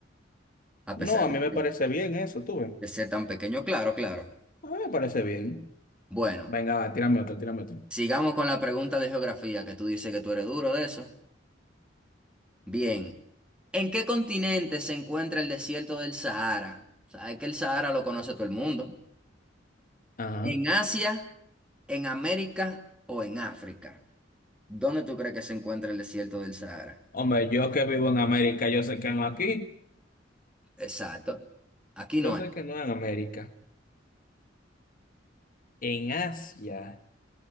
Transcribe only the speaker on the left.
no,
a mí me
parece bien eso, tú ves.
A mí me parece bien.
Venga, va, tírame otro, tírame otro.
Ajá.
Hombre, yo que vivo en América, yo sé que no aquí.
Yo
sé que no en América. En Asia.